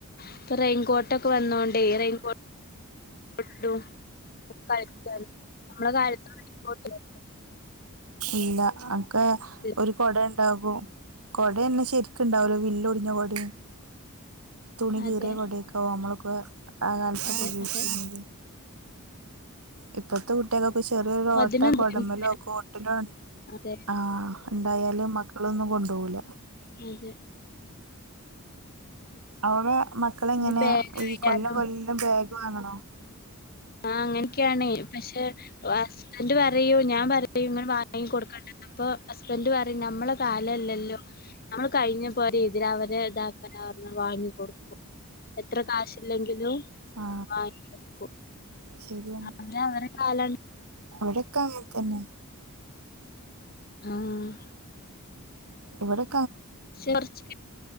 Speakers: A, on the left; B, on the right.
A: ഇപ്പൊ റെയിൻകോട്ടൊക്കെ വന്നോണ്ടേ റെയിൻകോ കൊട്ടു ടും കളിക്കാലോ നമ്മള കാലത്തൊന്നും റെയിൻകോട്ടില്ലാ <unintelligible>
B: ഇല്ല അക്ക്
A: ഇല്ല.
B: ഒരു കൊടേ ണ്ടാവും കൊടന്നെ ശരിക്കുണ്ടാവുല്ല വില്ല് ഒടിഞ്ഞ കൊടേം തുണി കീറിയ
A: അതെ
B: കൊടേക്കാവും നമ്മള് ബ ആകാലത്തൊക്കെ
A: അതെ
B: യൂസിയ്യണത്
A: അതെ
B: ഇപ്പത്തെ കുട്ടികക്കെ ഇപ്പൊ ചെറിയൊരു ഓട്ട
A: അതിനും
B: കൊടമ്പലോ
A: ബുദ്ധിമുട്ട്
B: കോട്ടിലോ ഇ
A: അതെ
B: ആ ഇണ്ടായാല് മക്കളൊന്നും കൊണ്ടുവൂല്ല
A: അതെ.
B: അവടെ. മക്കള് എങ്ങനെ
A: ഇനി ബാഗ്
B: ഈ
A: ആയാലും
B: കൊല്ലം കൊല്ലം ബാഗ് വാങ്ങണോ?
A: ആ അങ്ങനെയൊക്കെയാണ് പക്ഷെ ഹസ്ബൻഡ് പറയും ഞാൻ പറയും ഇങ്ങനെ വാങ്ങി കൊടുക്കണ്ടാന്ന് അപ്പൊ ഹസ്ബൻഡറ് പറയും നമ്മളെ കാല അല്ലല്ലേ? നമ്മൾ കഴിഞ്ഞ പോരെ എന്തിനാ അവരെ ഇതാകാനെ പറഞ്ഞ് വാങ്ങി കൊടുക്കും എത്ര കാശില്ലെങ്കിലും
B: ആ
A: വാങ്ങി കൊടുക്കും.
B: ശരിയാണ്
A: അങ്ങനെ അവരെ കാലം അല്ലേ.
B: ഒക്കെ അങ്ങന് തന്നെ.
A: ആഹ്‌.
B: ഇവിടെ.
A: കുറച്ച്